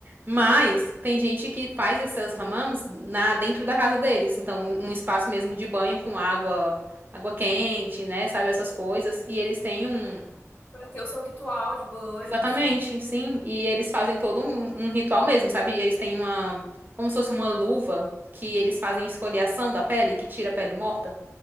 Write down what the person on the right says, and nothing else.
Mas
tem gente que faz esses hammams na dentro da casa deles, então um um espaço mesmo de banho com água, água quente, né? Sabe essas coisas? E eles têm um
Exatamente,
sim. E eles fazem todo um, um ritual mesmo, sabe? E eles têm uma, como se fosse uma luva que eles fazem esfoliação da pele, que tira a pele morta.